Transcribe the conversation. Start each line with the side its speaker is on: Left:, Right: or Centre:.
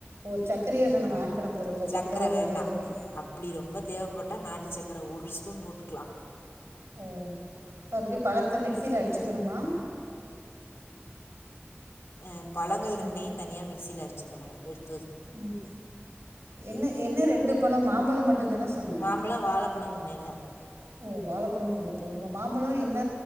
Right: ஓ சர்க்கரையும் இதில்
Left: ம்
Right: நம்ம ஆட் பண்ண போகிறதில்ல
Left: சக்கர
Right: சர்க்கரை வெல்லம்
Left: வேண்டா
Right: எதுவுமே
Left: அப்டி ரொம்பா தேவப்பட் ட்டா நாட்டு சக்கர ஒரு ஸ்பூன் போட்டுக்கலா
Right: ஓ இப்ப எப்படி பழத்த மிக்சியில அடிச்சுக்கணுமா
Left: அ பழங்கள்
Right: ஆ
Left: ரெண்டையு தனியா மிக்சில அடிச்சுக்கணு எடுத்
Right: ம் என்ன என்ன ரெண்டு பழம் மாம்பழம் மட்டுதான சொன்ன
Left: மாம்பழோ வாழப்பழோ சொன்னேல
Right: ஓ வாழப்பழம் இதுல போண்ணுமா மாம்பழோ என்ன